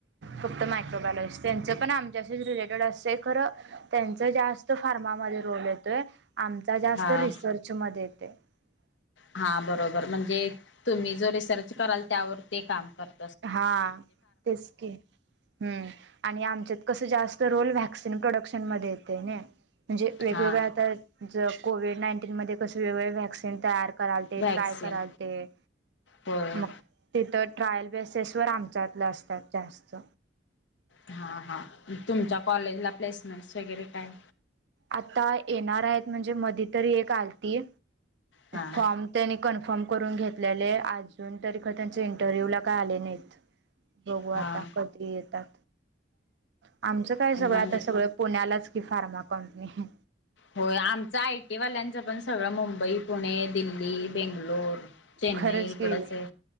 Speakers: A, on the right (about 65°); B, on the left (about 80°).
A: फक्त मायक्रोबायलॉजी त्यांचं पण आमच्याशीच रिलेटेड असते. खरं त्यांच जास्त फार्मामध्ये रोल येतोय आमचा जास्त
B: हा
A: रिसर्चमध्ये येत. <inaudible>
B: हा बरोबर म्हणजे तुम्ही जो रिसर्च कराल त्यावर ते काम करता.
A: हा तेच की हम्म आणि आमच्यात कस जास्त रोल व्हॅक्स कडक्शन मध्ये येतंय नाही म्हणजे वेगवेगळे
B: हा
A: आता जे कोविड नाईन टिन मध्ये कस वेगवेगळे व्हॅक्सीन तयार करालते,
B: व्हॅक्सिन
A: ट्राय करालते.
B: होय
A: मग तिथं ट्रायल बेसस व आमच्यातलं असतात जास्त.
B: हा हा तुमच्या कॉलेजला प्लेसमेंट्स वगैरे काय?
A: आता येणार आहेत म्हणजे मधी तरी एक आलती.
B: हा
A: फॉर्म त्यांनी कन्फर्म करून घेतल्याले. अजून तरी ख त्यांच्या इंटरव्ह्यू ला काय आले नाहीत बघू
B: हा
A: आता कधी येतात. आमचं काय
B: म्हणजे
A: सगळं आता सगळं पुण्यालाच की फार्मा कंपनी आहे.
B: होय आमच आयटी वाल्यांचं पण सगळं, मुंबई पुणे, दिल्ली. बेंगलोर चेन्नई
A: खरंच
B: इकडच
A: की
B: आहे.